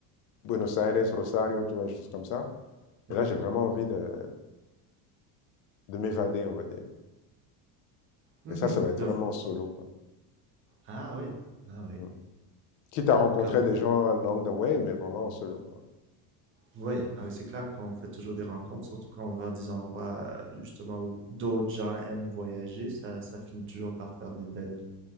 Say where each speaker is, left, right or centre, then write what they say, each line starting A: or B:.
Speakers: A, on the left; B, on the right.
A: Buenos Aires, Rosario, tu vois, des choses comme ça.
B: Mhm.
A: Et là, j'ai vraiment envie de, de m'évader, on va dire.
B: Mhm.
A: Et ça, ça va être
B: De-
A: vraiment solo, quoi.
B: Ah oui, ah oui.
A: Mm. Quitte à rencontrer
B: Comme,
A: des gens along the way, mais vraiment en solo, quoi.
B: ouais, ah oui, c'est clair qu'on fait toujours des rencontres, surtout quand on va à des endroits euh, justement où d'autres gens aiment voyager, ça, ça finit toujours par faire des belles,